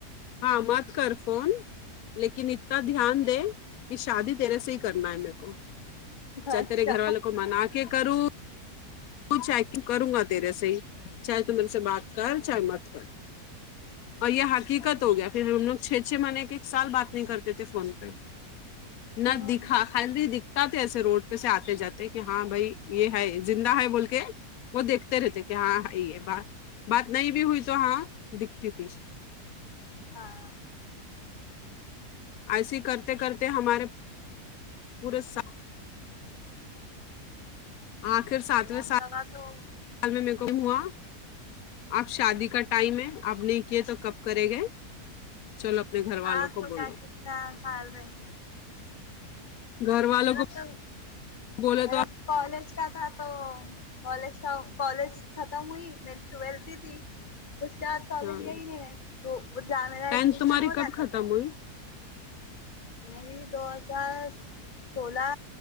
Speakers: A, on the left; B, on the left.
A: ہاں مت کر فون لیکن اتنا دھیان دے کہ شادی تیرے سے ہی کرنا ہے میرے کو چاہے
B: اچھا
A: تیرے گھر والوں کو منا کے کروں تو چاہے تو کروں گا تیرے سے ہی چاہے تم میرے سے بات کر
B: ہاں
A: چاہے مت کر اور یہ حقیقت ہو گیا پھر ہم لوگ چھ چھ مہینے کے سال بات نہیں کرتے تھے فون پہ
B: ہوں
A: نہ دکھا خالی دکھتا تھا ایسے روڈ پہ سے آتے جاتے کہ ہاں بھائی یہ ہے زندہ ہے بول کے وہ دیکھتے رہتے کہ ہاں ہے بات بات نہیں بھی ہوئی تو ہاں دکھتی تھی
B: ہاں
A: ایسی کرتے کرتے ہمارے پورے سات آخر ساتویں
B: ہم
A: سال
B: لوگا تو
A: بعد میں میرے کو معلوم ہوا اب شادی کا ٹائم ہے اب نہیں کیے تو کب کرے گئے تو اپنے گھر
B: ہاں
A: والوں کو
B: تو
A: بولو
B: کیا کتنا سال رہیں گے
A: گھر والوں
B: میرا
A: کو
B: تو
A: بولے
B: میرا
A: تو
B: کالج کا تھا تو کالج کا کالج ختم ہوئی می ٹویلتھ ہی تھی اس کے بعد
A: ہاں
B: کالج گئی نئی میں تو جاں میرا
A: ٹینتھ
B: ایڈمیشن
A: تمہاری
B: ہو
A: کب
B: جاتا
A: ختم
B: تھا
A: ہوئی
B: میری دو ہزار سولہ